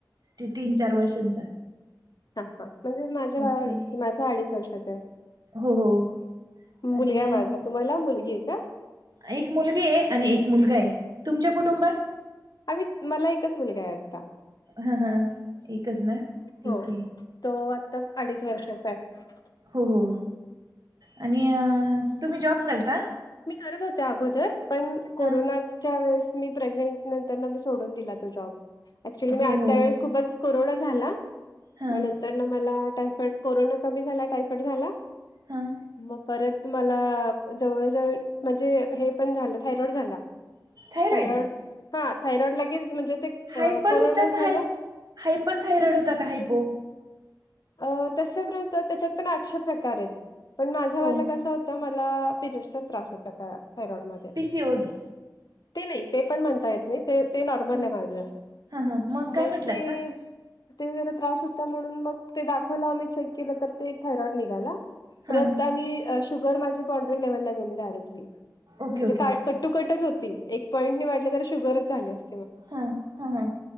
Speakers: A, on the right; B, on the left.
A: ते तीन चार वर्षांचा.
B: हा हा म्हणजे माझ्या बाळाच
A: ओके
B: माझं अडीच वर्षाच आहे.
A: हो हो
B: मुलगा
A: आणि
B: माझा तुम्हाला मुलगी आहे का?
A: एक मुलगी आहे. आणि एक मुलगा आहे तुमच्या कुटुंबात.
B: अ् मला एकच मुलगा आहे आत्ता.
A: हा हा एकच ना. ठीक
B: हो.
A: आहे.
B: तो आता अडीच वर्षाचा आहे.
A: हो हो आणि तुम्ही जॉब करता?
B: मी करत होते अगोदर पण कोरोनाच्या
A: हा
B: वेळेस मी प्रेग्नेंट नंतर मी सोडून दिला. तो जॉब ऍक्च्युली मी
A: हो हो
B: त्यावेळेस खूपच. कोरोना झाला
A: हां
B: मग नंतर ना मला टायफॉइड कोरोना कमी झाला टायफॉईड झाला
A: हां
B: मग परत मला जवळ जवळ म्हणजे हे पण झालं थायरॉड झाला
A: थायरॉइड
B: थयरॉइड हा थायरॉइड लागेच म्हणजे ते
A: हायपर
B: अ, कोरोना
A: होता
B: झाला
A: का हा हायपर थायरॉइड होता का हायपो
B: अ तस होत त्याच्यात पण आठशे प्रकार आहेत पण माझवाला
A: हो
B: कस होता मला पजचा त्र होता त्या थायरॉइड म
A: पि सी ओडी
B: ते नाही ते पण म्हणता येत नाही ते ते नॉर्मल
A: हां
B: आहे माझ
A: हां हां काय
B: मग
A: म्हटलं
B: ते
A: आता
B: ते जरा त्रास होता म्हणून मग ते दाखवला आम्ही चेक केलं तर ते थायरॉइड निघाला प्रत
A: हां
B: आणि शुगर माझी पड्री लेवलला गेली डायरेक्टली
A: ओके
B: म्हणजे
A: ओके
B: का कट्टुकटच होती एक पॉईंट नाही वाटले तर शुगरच झाल्यास
A: ह ह ह